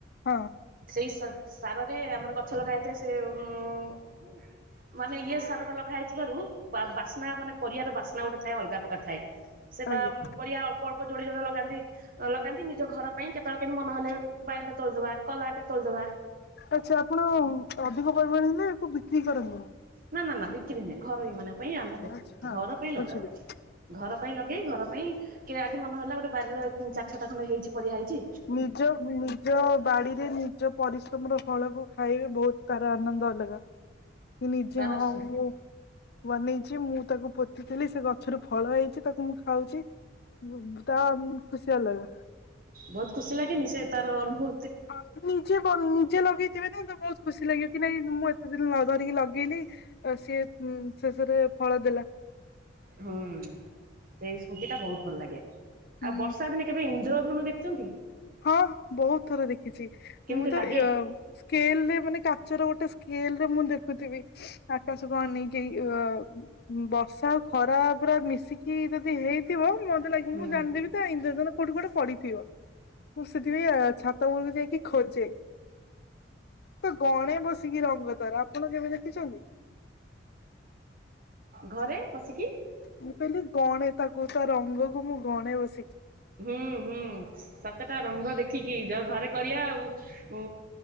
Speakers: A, on the left (about 55°); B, on the right (about 45°).
A: ହଁ
B: ସେଇ ସା ସାରରେ ଆମର ଗଛ ଲଗା ହେଇଥାଏ ସେ ଉ ମାନେ ଇଏ ସାରଟା ଲଗା ହେଇଥିବାରୁ ବା ବାସ୍ନା ମାନେ ପରିବର ବାସ୍ନା ଗୋଟେ ଥାଏ ଅଲଗା ପ୍ରକାର ଥାଏ ସେ
A: ଆଜ୍ଞା।
B: ବା ପରିଆ ଅଳ୍ପ ଜୋଡ଼ି ଜୋଡ଼ା ଲଗାନ୍ତି ଲଗାନ୍ତି ନି ଯୋଉ ଘର ପାଇଁ କେତେବେଳେ କେମିତି ମନେ ହେଲେ ବାଇଗଣଟେ ତୋଳିଦବା କଲରାଟା ତୋଳିଦବା
A: ଆଚ୍ଛା ଆପଣ ଅଧିକ ପରିମାଣ ହେଲେ ଏହାକୁ ବିକ୍ରି କରନ୍ତୁନି?
B: ନା ନା ନା ବିକ୍ରି ନୁହେଁ ଘର ମାନଙ୍କ ପାଇଁ ଆମେ
A: ଆଚ୍ଛା ହଁ
B: ଘର
A: ହଁ
B: ପାଇଁ ଲଗାହଉଚି।
A: ବୁଝିଲି ବୁଝିଲି।
B: ଘର ପାଇଁ ଲଗେଇ ଘର ପାଇଁ କି ଆଜି ମନହେଲା ଗୋଟେ ବାରିର ଚାରି ଛୋଟା ଖଣ୍ଡ ହେଇଚି ପରିବା ହେଇଚି
A: ନିଜ ନିଜ ବାଡ଼ିରେ ନିଜ ପରିଶ୍ରମର ଫଳକୁ ଖାଇବେ ବହୁତ୍ ତାର ଆନନ୍ଦ ଅଲଗା। କି ନିଜେ
B: ତାର
A: ହଉ
B: ହୁଁ
A: ବନେଇଛି ମୁଁ ତାକୁ ପୋତିଥିଲି ସେଗଛରୁ ଫଳ ହେଇଚି ତାକୁ ମୁଁ ଖାଉଚି। ହୁଁ ତଖୁସି ଅଲଗା।
B: ବହୁତ୍ ଖୁସି ଲାଗେନି ସେ ତାର ଅନୁଭୂ
A: ହଁ ନିଜେ ରୁ ନିଜେ ଲଗେଇଥିବେନା ତବହୁତ ଖୁସି ଲାଗିବ କି ନାଇଁ ମୁଁ ଏତେ ଦିନ ଧରିକି ଲଗେଇଲି ସିଏ ଉ ଶେଷରେ ଫଳ ଦେଲା।
B: ହୁଁ। ସେଇ ସ୍ମୃତିଟା ବହୁତ୍ ଭଲ ଲାଗେ
A: ଉଁ
B: ଆଉ ବର୍ଷା ଦିନେ କେବେ ଇନ୍ଦ୍ର ଧନ ଦେଖିଚନ୍ତି?
A: ହଁ ବହୁତ୍ ଥର ଦେଖିଛି
B: କେମିତି
A: ମୁଁତ
B: ଲାଗେ
A: ୟ ସ୍କେଲରେ ମାନେ କାଚର ଗୋଟେ ସ୍କେଲରେ ମୁଁ ଦେଖୁଥିବି ଆକାଶ କଣ ନେଇଯାଇ ଅ ବର୍ଷା ଆଉ ଖରା ପୁରା ମିଶିକି ଯଦି ହେଇଥିବ ମତେ ଲାଗି
B: ହୁଁ
A: ମୁଁ ଜାଣି ଦେଲିତ ଇନ୍ଦ୍ରଧନୁ କୋଉଠି ଗୋଟେ ପଡିଥିବ। ମୁଁ ସେଥିପାଇଁ ଛାତ ଉପରକୁ ଯାଇକି ଖୋଜେ। ତ ଗଣେ ବସିକି ରଙ୍ଗ ଦ୍ୱାରା ଆପଣ କେବେ ଦେଖିଛନ୍ତି?
B: ଘରେ ପସିକି।
A: ମୁଁ କହିଲି ଗଣେ ତାକୁ ତାରଙ୍ଗକୁ ମୁଁ ଗଣେ ବସିକି।
B: ହୁଁ ହୁଁ ସାତଟା ରଙ୍ଗ ଦେଖିକି ଯ ଘରେ କରିବା ଆଉ। ଉ